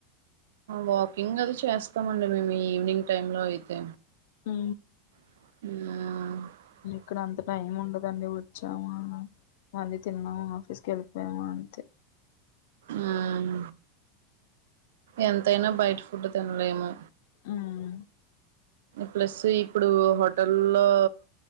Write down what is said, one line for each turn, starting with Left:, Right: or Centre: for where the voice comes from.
Right: వాకింగ్ అది చేస్తామండి. మేము ఈవినింగ్ టైమ్ లో అయితే
Left: ఉ
Right: ఊన
Left: ఇక్కడ అంత టైం ఉండదండి వచ్చామ మళ్ళీ తిన్నామ ఆఫీస్ కి వెళ్ళిపోయామ అంతే
Right: మ్మ్ ఎంతైనా బయట ఫుడ్ తినలేము.
Left: మ్మ్
Right: ప్లస్ ఇప్పుడు హోటల్లో